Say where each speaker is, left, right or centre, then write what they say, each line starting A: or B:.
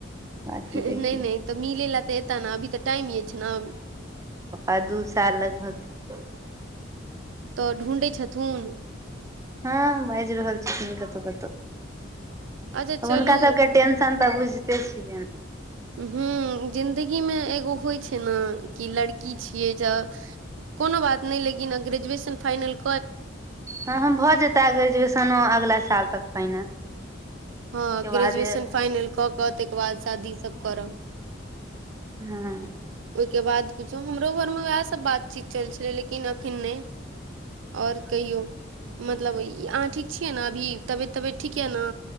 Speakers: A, on the right; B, on the right.
A: बाकी
B: नहि
A: देखियौ
B: नहि तऽ मिलय लए तऽ एताै ने अभी तऽ टाइम अछि छै ने
A: आ दू साल लगभग
B: तऽ ढूँढैत छथुन
A: हँ बाजि रहल छथिन कतहु कतहु तऽ
B: अच्छा चलू
A: हुनका सबके टेंशन तऽ बुझिते छियै
B: ह्मँ जिन्दगीमे एगो होइ छै ने कि लड़की छियै ज कोनो बात नहि लेकिन अब ग्रेजुएशन फाइनल के
A: हँ हम भऽ जेता ग्रेजुएशनो अगला साल तक फाइनल
B: हँ
A: के बाद
B: ग्रेजुएशन फाइनल कऽ कऽ ताहिकर बाद शादीसभ करब
A: हँ
B: ओहिके बाद किुछो हमरो घरमे उएह सभ बातचीत चल छलै लेकिन अखन नहि आओर कहियौ मतलब अहाँ ठीक छियै ने अभी तबियत तबियत ठीक यऽ ने